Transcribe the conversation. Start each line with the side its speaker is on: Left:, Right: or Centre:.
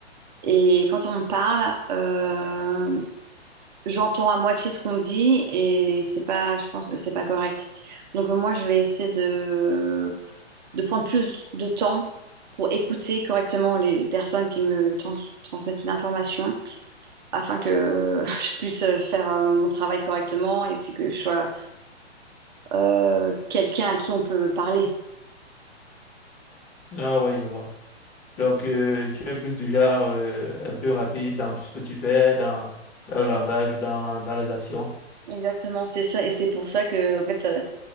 Right: Et quand on me parle, euh, j'entends à moitié ce qu'on me dit et c'est pas, je pense, que c'est pas correct. Donc euh, moi, je vais essayer de de prendre plus de temps pour écouter correctement les personnes qui me trans- transmettent une information afin que <laughs> je puisse faire euh, mon travail correctement et puis que je sois euh, quelqu'un à qui on peut parler.
Left: Ah oui, je vois. Donc, euh, tu es plus du genre euh, un peu rapide dans tout ce que tu fais, dans, dans le langage, dans, dans les actions.
Right: Exactement, c'est ça. Et c'est pour ça que, en fait, ça,